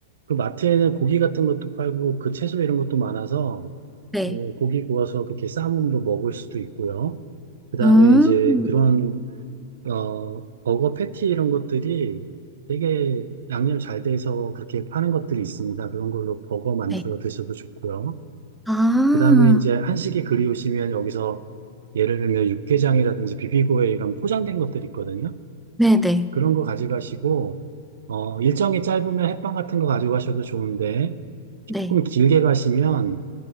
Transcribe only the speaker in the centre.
네.
음,
네.
아,
네네.
네.